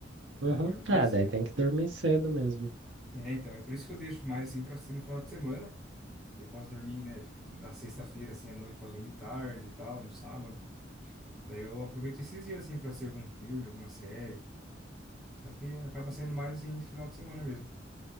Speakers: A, in the centre; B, on the right (about 75°).
A: Então,
B: Uhum.
A: eu acordo bem
B: Tá,
A: cedo.
B: daí tem que dormir cedo mesmo.
A: É, então, é por isso que eu deixo mais, assim, pra assistir no final de semana. Eu posso dormir, né? Tipo, na sexta-feira, assim, à noite, eu posso dormir tarde e tal, no sábado. Daí eu aproveito esses dias, assim, pra assistir algum filme, alguma série. Só que acaba sendo mais, assim, final de semana mesmo.